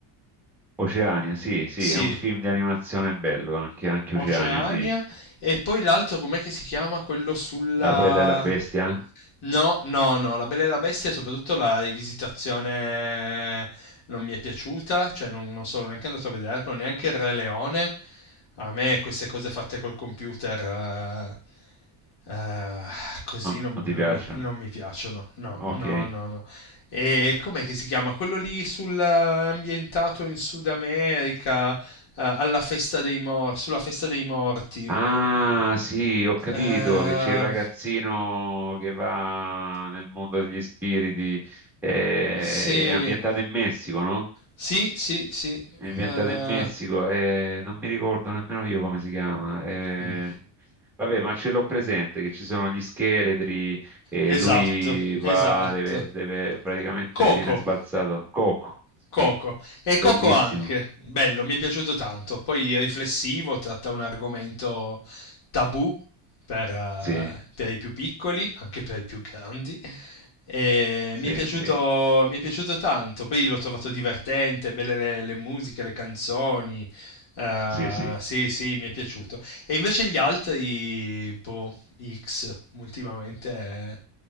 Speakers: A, in the centre; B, on the left.
A: Oceania, sì, sì,
B: Sì,
A: è un film di animazione bello, anche, anche
B: Oceania
A: Oceania, sì.
B: e poi l'altro com'è che si chiama quello sulla
A: La bella e la bestia?
B: No, no, no, La Bella e la Bestia, soprattutto la rivisitazione non mi è piaciuta, cioè non, non sono neanche andato a vederlo, neanche il Re Leone. A me queste cose fatte col computer eh, eh, così
A: Non,
B: non,
A: non ti
B: non
A: piacciono?
B: mi, non mi piacciono, no,
A: Ok.
B: no, no, no. E com'è che si chiama? Quello lì sul, eh, ambientato in Sud America, eh, alla festa dei mor- sulla festa dei morti.
A: Ah, sì, ho capito
B: Eh...
A: che c'è il ragazzino che va nel mondo degli spiriti, eh,
B: Sì,
A: è ambientato in Messico, no?
B: sì, sì, sì.
A: È ambientato
B: Eh,
A: in Messico, eh, non mi ricordo nemmeno io come si chiama. eh.
B: mm.
A: vabbè, ma ce l'ho presente che ci sono gli scheletri e
B: esatto,
A: lui va,
B: esatto.
A: deve, deve- praticamente
B: Coco.
A: viene sbalzato. Coco,
B: Coco.
A: sì,
B: E
A: bellissimo.
B: Coco anche, bello, mi è piaciuto tanto. Poi riflessivo, tratta un argomento tabù per, eh,
A: Sì,
B: per i più piccoli, anche per i più grandi. E
A: sì,
B: mi è piaciuto,
A: sì,
B: mi è piaciuto tanto. Poi l'ho trovato divertente, belle le, le musiche, le canzoni. Eh,
A: sì, sì.
B: sì, sì, mi è piaciuto. E invece gli altri, boh, X, ultimamente eh,